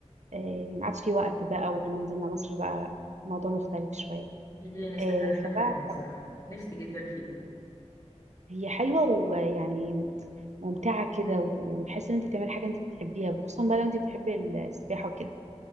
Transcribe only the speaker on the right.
آه، ما عادش في وقت بقى ولما نزلنا مصر بقى الموضوع مختلف شوية
آه،
فبقى
حب-
هي حلوة ويعني ممتعة كده وتحس ان انت بتعملي حاجة انت بتحبيها خصوصا بقى لو انت بتحبي السباحة وكده